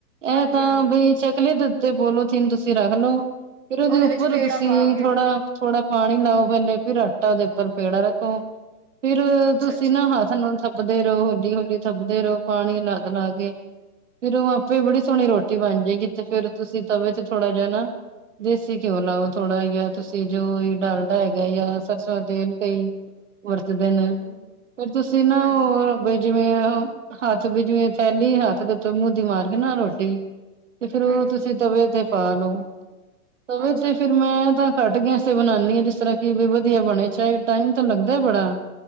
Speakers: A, on the right (about 15°); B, on the right (about 50°).
A: ਹਾਂਜੀ
B: ਇਹ ਤਾਂ
A: ਹਾਂਜੀ
B: ਬਈ ਚੱਕਲੇ ਤੇ ਪੋਲੋਥੀਨ ਤੁਸੀਂ ਰੱਖ ਲਓ, ਫਿਰ ਉਹਦੇ ਉੱਪਰ
A: ਵਿੱਚ ਪੇੜਾ
B: ਤੁਸੀਂ
A: ਪਾ ਕੇ
B: ਥੋੜਾ ਥੋੜਾ ਪਾਣੀ ਲਾਉ ਪਹਿਲੇ ਫਿਰ ਆਟਾ ਉਹਦੇ ਉੱਪਰ ਪੇੜਾ ਰੱਖੋ, ਫਿਰ
A: ਅੱਛਾ
B: ਤੁਸੀਂ
A: ਅੱਛਾ
B: ਨਾ ਹੱਥ ਹੱਥਾਂ ਨਾਲ ਥੱਪਦੇ ਰਹੋ ਹੌਲੀ ਹੌਲੀ ਥੱਪਦੇ ਰਹੋ ਪਾਣੀ ਲੱਗ ਲਾ ਕੇ ਫਿਰ ਉਹ ਆਪੇ ਬੜੀ ਸੋਹਣੀ ਰੋਟੀ ਬਣ ਜਾਏਗੀ ਤੇ ਫਿਰ ਤੁਸੀਂ ਤਵੇ ਤੇ ਥੋੜਾ ਜਿਹਾ ਨਾ ਦੇਸੀ ਘਿਓ ਲਾਓ ਥੋੜਾ ਜਾਂ ਤੁਸੀਂ ਜੋ ਡਾਲਡਾ ਹੈਗਾ ਜਾਂ ਸਰਸੋਂ ਤੇਲ ਕੋਈ ਵਰਤਦੇ ਨੇ,
A: ਹਮ
B: ਫਿਰ ਤੁਸੀਂ ਨਾ
A: ਹਾਂਜੀ
B: ਹੋਰ ਬੀ ਜਿਵੇਂ ਹੱਥ ਬੀ ਜਿਵੇਂ ਥੈਲੀ ਹੱਥ ਦੇ ਉੱਤੇ ਮੂਹਦੀ ਮਾਰ ਕੇ ਨਾ ਰੋਟੀ ਤੇ ਫਿਰ ਉਹ
A: ਹਾਂਜੀ
B: ਤੁਸੀਂ ਤਵੇ ਤੇ ਪਾ ਲਓ, ਤਵੇ
A: ਅੱਛਾ-ਅੱਛਾ,
B: ਤੇ ਫਿਰ ਮੈਂ ਤਾਂ ਘੱਟ ਗੈਸ ਤੇ ਬਣਾਣੀ ਆ ਜਿਸ ਤਰ੍ਹਾਂ ਕਿ ਵੀ ਵਧੀਆ ਬਣੇ, ਚਾਹੇ ਟਾਈਮ ਤਾਂ ਲੱਗਦਾ ਬੜਾ।